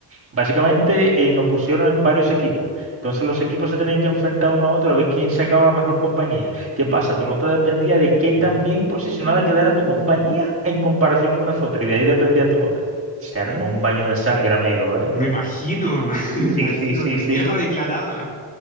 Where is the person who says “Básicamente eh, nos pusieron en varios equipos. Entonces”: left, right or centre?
Right